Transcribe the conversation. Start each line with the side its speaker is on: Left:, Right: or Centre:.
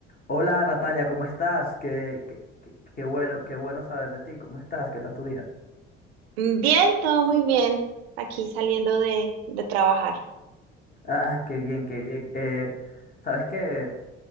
Left: Hola Natalia, ¿cómo estás? Qué, qué- qué- qué bueno, qué bueno saber de ti. ¿Cómo estás? ¿Qué tal tu día?
Right: Bien, todo muy bien. Aquí saliendo de, de trabajar.
Left: Ah, qué bien, qué bien. Eh, sabes que